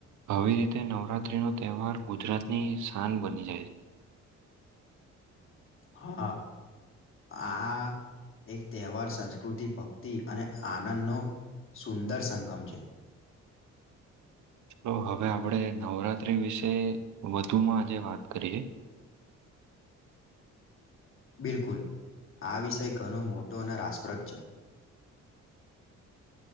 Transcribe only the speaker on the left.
હા આ એક તહેવાર સંસ્કૃતિ, ભક્તિ અને આનંદનો સુંદર સંગમ છે.
બિલકુલ આ વિષય ઘણો મોટો અને રાસપ્રદ છે.